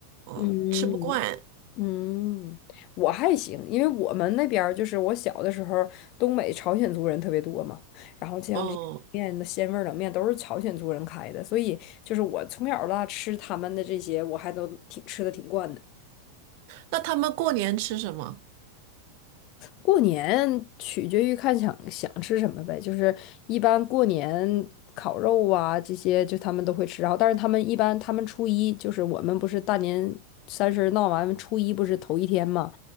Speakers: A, on the right; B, on the left.
A: 嗯，
B: 嗯，
A: 吃不惯，
B: 嗯，我还行，因为我们那边儿就是我小的时候东北朝鲜族人特别多嘛，然后像这些面的鲜味儿冷面都是朝鲜族人开的，
A: 哦。
B: 所以就是我从小到大吃他们的这些，我还都挺吃的挺惯的。
A: 那他们过年吃什么？
B: 过年取决于看想想吃什么呗，就是一般过年烤肉啊这些，就他们都会吃，然后但是他们一般他们初一就是我们不是大年三十闹完初一不是头一天嘛。